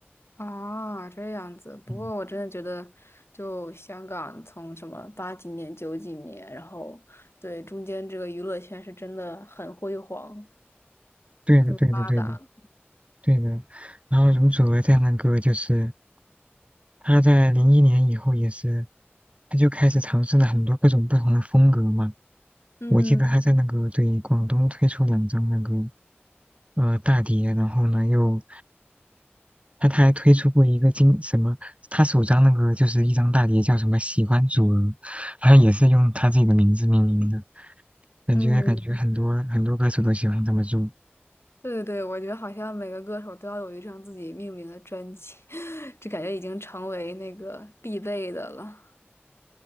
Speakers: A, on the left; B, on the right.
A: 啊，这样子。不过我真的觉得，
B: 嗯，
A: 就香港从什么八几年、九几年，然后对中间这个娱乐圈是真的很辉煌、
B: 对的，
A: 很发达。
B: 对的，对的，对的。然后容祖儿在那个就是她在零一年以后也是，她就开始尝试了很多各种不同的风格嘛。
A: 嗯
B: 我记得她在那个对广东推出两张那个呃大碟，然后呢又他他还推出过一个经什么，他首张那个就是一张大碟叫什么《喜欢主，人，好像也是用他自己的名字命名的，感觉感觉很多很多歌手都喜欢这么做。
A: 嗯，对对对，我觉得好像每个歌手都要有一张自己命名的专辑，<laughs> 这感觉已经成为那个必备的了。